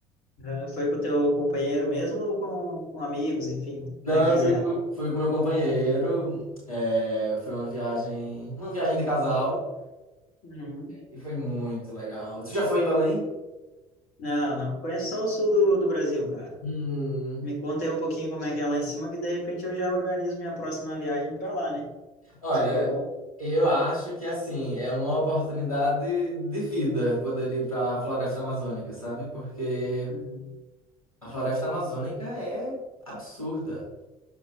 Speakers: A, on the left (about 55°); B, on the left (about 85°).
A: Uhum. Foi com o teu companheiro mesmo ou com, com amigos, enfim?
B: Não,
A: Como é que
B: eu
A: fizeram?
B: fui, com- fui com meu companheiro. é, foi uma viagem, uma viagem de casal
A: Uhum.
B: e foi muito legal. Tu já foi em Belém?
A: Não, não conheço só o sul do, do Brasil, cara.
B: Hum,
A: Me conta aí um pouquinho como é que é lá em cima, que de repente eu já organizo minha próxima viagem para lá, né?
B: olha,
A: Se for bom.
B: eu acho que assim é uma oportunidade de vida poder ir para a Floresta Amazônica, sabe? Porque
A: Uhum.
B: a Floresta Amazônica é absurda,